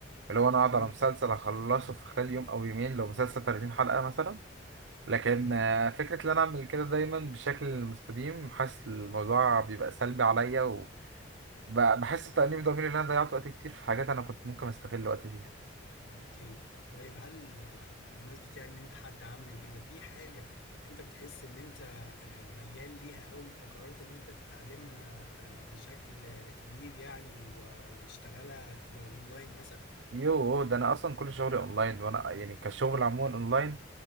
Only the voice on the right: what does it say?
اللي هو انا اقعد
على مسلسل اخلصه في خلال يوم او يومين لو مسلسل 30 حلقه مثلا لكن
آه، فكره ان انا اعمل كده دايما بشكل مستديم حاسس الموضوع بيبقى سلبي عليا وبحس بتأنيب ضميري ان انا ضيعت وقت كتير في حاجات انا كنت ممكن استغل وقتي فيها
يوه ده انا اصلا كل شغلي اونلاين وانا يعني كشغل عموما اونلاين